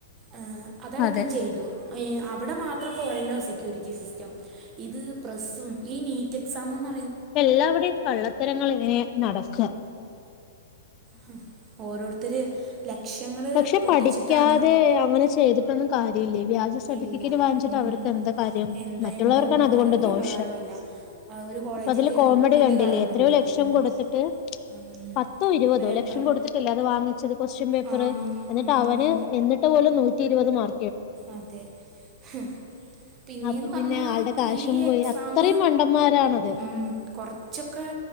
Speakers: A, on the right; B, on the left.
A: ഏഹ് അതടക്കം
B: അതെ
A: ചെയ്തു അയ് അവിടെ മാത്രം പോയല്ലോ സെക്യൂരിജി സിസ്റ്റം ഇത് പ്രസ്സും ഈ മീ എക്സാമൊന്ന
B: എല്ലാവടെയും കള്ളത്തരങ്ങളിങ്ങനെ നടക്കാ
A: ഹും ഓരോരുത്തര് ലക്ഷങ്ങള്
B: പക്ഷെ
A: പൊട്ടിച്ചിട്ടാണ്
B: പഠിക്കാതെ അങ്ങനെ ചെയ്തിട്ടൊന്നും കാര്യ ഇല്ലേ വ്യാജ സർട്ടിഫിക്കേറ്റ്
A: ഇല്ല
B: വാങ്ങിച്ചിട്ട്
A: ഉം
B: അവർക്ക് എന്താ കാര്യം
A: എന്താ
B: മറ്റുള്ളവർക്കാണ്
A: എന്താ ഉപകാരം
B: അതുകൊണ്ട്
A: ഒരു
B: ദോഷം
A: ഉപകാരവും ഇല്ല ഒരു കോളേജിൽ
B: അതില്
A: കയറിയിട്ടും
B: കോമഡി
A: വലിയ
B: കണ്ടില്ലേ
A: കാര്യമൊന്നുമില്ല
B: എത്രയോ ലക്ഷം
A: ഉം
B: കൊടുത്തിട്ട്
A: ഉം
B: പത്തോ ഇരുപതോ
A: പേപ്പറും
B: ലക്ഷം കൊടുത്തിട്ടല്ലേ അത് വാങ്ങിച്ചത് കൊ <unintelligible> വര്
A: ആ
B: എന്നിട്ട്
A: ഉം
B: അവന്
A: ഉം
B: എന്നിട്ട് പോലും നൂറ്റിരുപത് മാർ
A: അതെ ഹും പിന്നേന്ന്
B: അപ്പൊ
A: പർന്നാ
B: പിന്നെ ആളുടെ കാശും
A: ഈ
B: പോയി
A: എക്സാമ്
B: അത്രയും മണ്ടന്മാരാണത്
A: ഉം കൊറച്ചൊക്കെ